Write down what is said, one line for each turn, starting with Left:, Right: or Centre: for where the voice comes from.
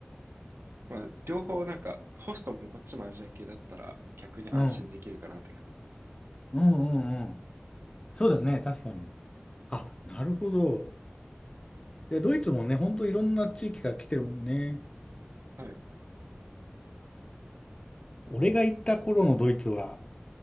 Right: まあ、両方なんか、ホストもこっちもアジア系だったら、逆に安心できるかなって感じ。
Left: うん。うんうんうん。そうだね、確かに。あ、なるほど。いや、ドイツもね、ほんといろんな地域から来てるもんね。
Right: はい。
Left: 俺が行った頃のドイツは、